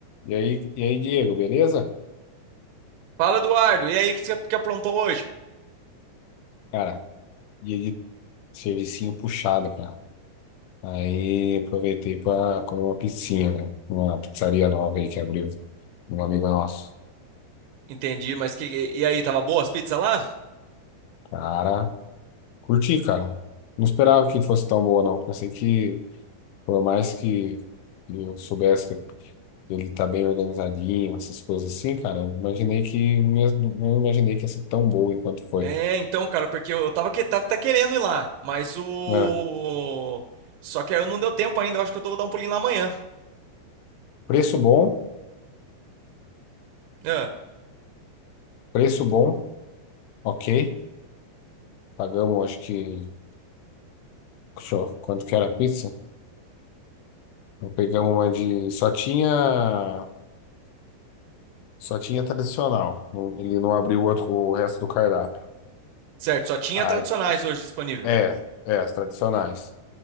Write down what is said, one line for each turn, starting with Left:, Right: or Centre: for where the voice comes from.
Left: E aí, e aí, Diego, beleza?
Right: Fala, Eduardo. E aí, o que você que aprontou hoje?
Left: Cara, dia de servicinho puxado, cara. Aí aproveitei pra comer uma pizzinha, né? Uma pizzaria nova aí que abriu, de um amigo nosso.
Right: Entendi, mas que e aí, tava boa as pizzas lá?
Left: Cara, curti, cara. Não esperava que fosse tão boa, não. Pensei que, por mais que eu soubesse que ele tá bem organizadinho, essas coisas assim, cara, eu imaginei que, não imaginei que ia ser tão boa enquanto foi.
Right: É, então, cara, porque eu, eu tava que tava tá querendo ir lá, mas o
Left: É,
Right: só que eu não deu tempo ainda, eu acho que eu vou dar um pulinho lá amanhã.
Left: preço bom,
Right: Ah,
Left: preço bom, ok. Pagamos, acho que. Show. Quanto que era a pizza? Então, pegamos uma de. Só tinha. Só tinha tradicional. Não- Ele não abriu o outro, o resto do cardápio.
Right: certo, só tinha
Left: Aí,
Right: tradicionais hoje disponível.
Left: é, é, as tradicionais.